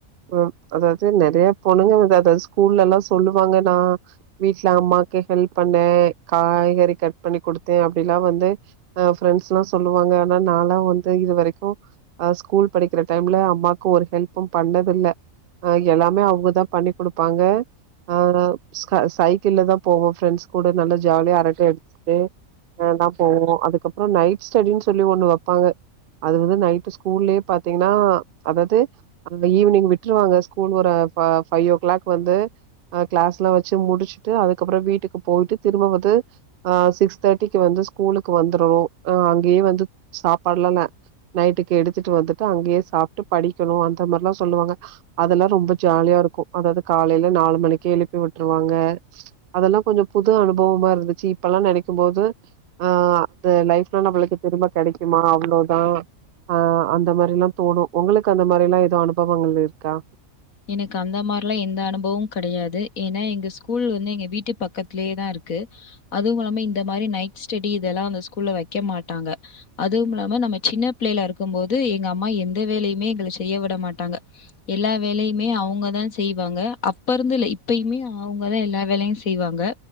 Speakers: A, on the right (about 65°); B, on the left (about 75°).
A: அ அதாவது நெறைய பொண்ணுங்கதாத ஸ்கூல்ல எல்லா சொல்லுவாங்க நா வீட்ல அம்மாக்கு ஹெல்ப் பண்ணே காய்கறி கட் பண்ணி குடுத்தே அப்பிடில்லா வந்து அ ப்ரெண்ட்ஸ் எல்லா சொல்லுவாங்க நாலா வந்து இதுவரைக்கு ஸ்கூல் படிக்கிற டைம்ல அம்மாக்கு ஒரு ஹெல்ப்பு பண்ணத இல்ல எல்லாமே அவுங்கதா பண்ணி குடுப்பாங்க ஆ ஸ்க சைக்கிள்தா போவோ ஃப்ரெண்ட்ஸ் கூட நல்லா ஜாலியா அரட்ட அடிச்சிட்டுதா போவோ அதுக்கப்புறோ நைட் ஸ்டடி சொல்லி ஒன்னு வப்பாங்க அது வந்து நைட் ஸ்கூல்லே பாத்திங்கன்னா அதாது அங்க ஈவினிங் விட்டுருவாங்க ஸ்கூல் ஒரு ஃபா ஃபையோ கிளாக்வந்து அ கிளாஸ்வச்சி முடிச்சிடு அதுக்கப்பறோ வீட்க்கு போய்ட்டு திரும்ப வந்து அ சிக்ஸ் தேட்டிக்கு வந்து ஸ்கூல்லுக்கு வந்தரரு அ அங்கயே வந் து சாப்பாட்ல ந நைட்டுக்கு எடுத்துட்டு வந்துட்டு அங்கயே சாப்ட்டு படிக்கணும் அந்த மார்லா சொல்லுவாங்க அதெல்லாம் ரொம்ப ஜாலியா இருக்கும் அதாவது காலையில நாலு மணிக்கே எழுப்பி உட்டுருவாங்க அதெல்லாம் கொஞ்சம் புது அனுபவமா இருந்துச்சி இப்பல்லாம் நனைக்கும் போது ஆ அந்த லைப்லா நம்பளுக்கு திரும்ப கடைக்குமா அவ்ளோதா ஆ அந்த மாரிலாம் தோணும் ஒங்களுக்கு அந்த மாரிலாம் எதோ அனுபவங்கள் இருக்கா
B: எனக்கு அந்த மாரிலா எந்த அனுபவம் கெடையாது ஏன்னா எங்க ஸ்கூல் வந்து எங்க வீட்டு பக்கத்திலேதான் இருக்கு அதுவும் இல்லாமா இந்த மாரி நைட் ஸ்டெடி இதெல்லாம் அந்த ஸ்கூல்ல வக்க மாட்டாங்க அதுவும் இல்லாமா நம்ம சின்ன பிள்ளைல இருக்கமோது எங்க அம்மா எந்த வேலையுமே எங்கள செய்ய விட மாட்டாங்க எல்லா வேலையுமே அவுங்கதா செய்வாங்க அப்ப இருந்து இல்ல இப்பயுமே அவங்கதான் எல்லா வேலையும் செய்வாங்க